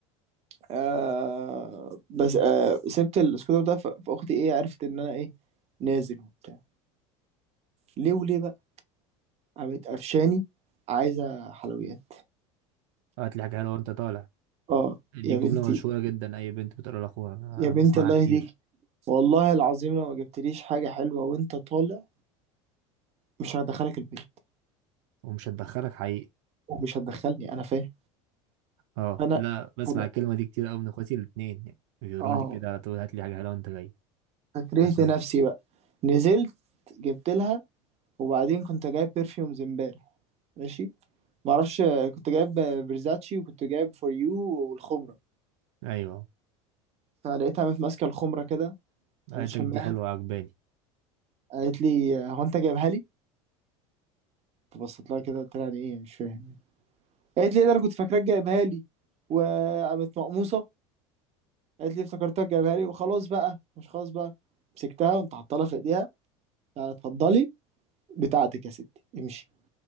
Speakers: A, on the right (about 40°); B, on the right (about 70°).
A: آه بس آه سبت السكوتر ده ف- فاختي ايه عرفت ان انا ايه نازل وبتاع ليه وليه بقى قامت قفشاني عايزه حلويات
B: هات لي حاجة حلوة وانت طالع
A: اه
B: دي
A: يا
B: جملة
A: بنتي
B: مشهورة جدا اي بنت بتقولها لاخوها أنا
A: يا بنتي
B: بسمعها
A: الله
B: كتير
A: يهديك والله العظيم لو ما جبتليش حاجة حلوة وانت طالع مش هدخلك البيت
B: ومش هتدخلك حقيقي
A: ومش هتدخلني انا فاهم
B: اه
A: انا
B: لا بسمع
A: أنا-
B: الكلمة دي كتير قوي من اخواتي الاتنين يعني بيقولوا
A: اه
B: لي كده على طول هات لي حاجة حلوة وانت جاي
A: فكرهت
B: عشان
A: نفسي بقى نزلت جبت لها وبعدين كنت جايب برفيومز امبارح ماشي معرفش كنت جايب برزاتشي وكنت جايب فور يو والخمرة
B: ايوه
A: فلقيتها قامت ماسكة الخمرة كده
B: قالتك
A: قامت شماها
B: دي حلوة عجباني
A: قالت لي هو انت جايبها لي؟ فبصيت لها كده قلت لها يعني ايه مش فاهم قالت لي ده انا كنت فاكراك جايبها لي وقامت مقموصة قالت لي افتكرتك جايبها لي وخلاص بقى مش خلاص بقى مسكتها وقمت حاطه لها في ايديها آه، اتفضلي بتاعتك يا ستي امشي